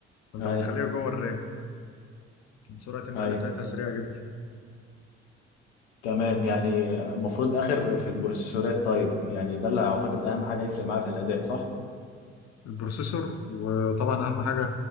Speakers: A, on the left; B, on the left.
A: فانت
B: اي
A: بتخليها جوه الرام يعني سرعه النقل
B: اي
A: بتاعتها سريعه جدا
B: تمام يعني المفروض اخر في البروسيسورات طيب يعني ده اللي اعتقد اهم حاجة هيفرق معايا في الاداء صح
A: البروسيسور وطبعا اهم حاجه